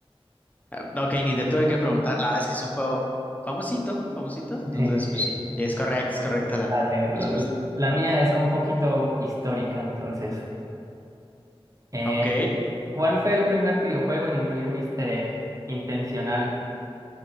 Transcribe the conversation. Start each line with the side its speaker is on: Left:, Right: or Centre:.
Left: Ah, Ok, ni te tuve que preguntar, la verdad es que es un juego famosito, famosito, entonces
Right: <laughs> Sí, sí,
Left: pues
Right: sí,
Left: sí, sí, es correcto, es correcta la
Right: dale.
Left: respuesta.
Right: La, la mía es un poquito histórica, entonces. Eh,
Left: Ok.
Right: ¿cuál fue el primer videojuego en incluir un easter egg intencional